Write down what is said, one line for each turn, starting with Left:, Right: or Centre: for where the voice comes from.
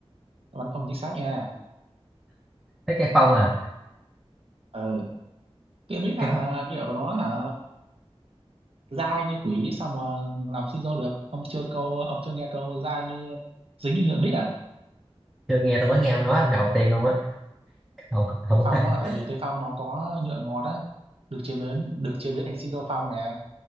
Right: đáp án không chính xác nha
Centre: thế cây phong à
Right: ừ cái mít
Centre: cây
Right: hả
Centre: phong
Right: nhựa của nó hả dai như quỷ sao mà làm siro được ông chưa câu ông chưa nghe câu dai như dính như nhựa mít à
Centre: chưa nghe tôi mới nghe ông nói lần đầu tiên luôn á không không
Right: cây phong
Centre: <laughs>
Right: á tại vì cây phong nó có nhựa ngọt á được chế biến được chế biến thành siro phong nè